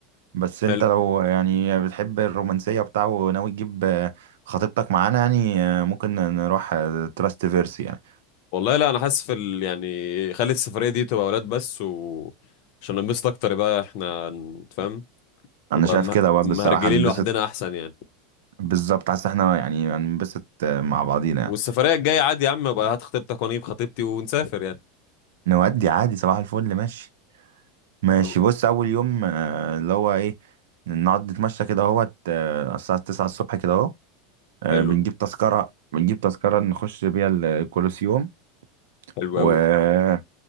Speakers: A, on the right; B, on the left.
A: بس انت
B: حلو
A: لو يعني بتحب الرومانسية بتاعه وناوي تجيب اه، خطيبتك معانا يعني اه، ممكن نروح اه، تراست فيرسي يعني
B: والله لا انا حاسس في ال... يعني خلي السفريه دي تبقى ولاد بس و عشان ننبسط اكتر يبقى احنا ن- فاهم
A: انا
B: نبقى
A: شايف
B: مه-
A: كده برضه
B: مهرجلين
A: الصراحه هنبسط
B: لوحدنا احسن يعني
A: بالظبط حاسس احنا يعني هنبسط آه، مع بعضينا يعني.
B: والسفرية الجاية عادي يا عم بقى هات خطيبتك وانا اجيب خطيبتي ونسافر يعني
A: نودي عادي صباح الفل ماشي ماشي
B: طب
A: بص اول يوم آه، اللي هو ايه نقعد نتمشى كده اهوت آه، الساعه 9 الصبح كده اهو آه،
B: حلو
A: بنجيب تذكره بنجيب تذكره نخش بيها الكولوسيوم
B: حلو
A: و
B: قوي